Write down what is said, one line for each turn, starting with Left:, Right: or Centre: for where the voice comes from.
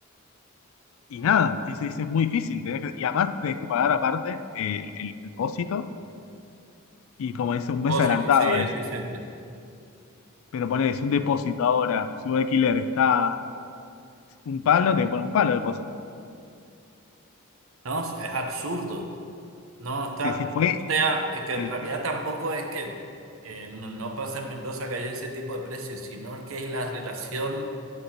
Left: y nada, es, es, es muy difícil. tenés que- y además tenés que pagar aparte el, el depósito y como es un
Right: Depósito,
Left: mes adelantado
Right: sí, eso
Left: a veces.
Right: siempre.
Left: Pero ponés un depósito ahora, si un alquiler está un palo, te pone un palo de depósito.
Right: No, es es absurdo. No, está.
Left: se, se fue.
Right: O sea, es que
Left: se
Right: en
Left: deliró.
Right: realidad tampoco es que eh, no, no pasa en Mendoza que haya ese tipo de precios, sino que es la relación